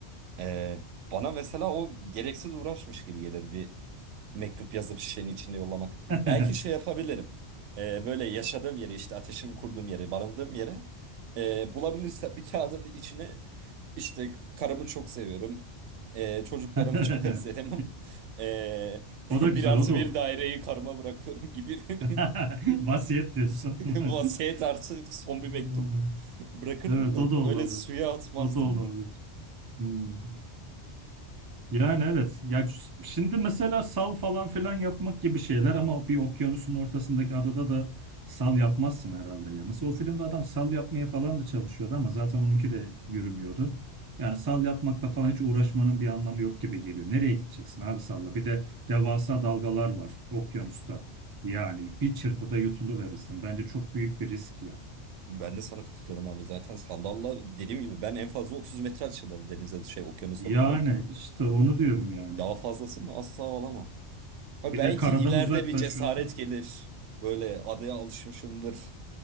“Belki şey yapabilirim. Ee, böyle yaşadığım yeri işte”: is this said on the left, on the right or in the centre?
Right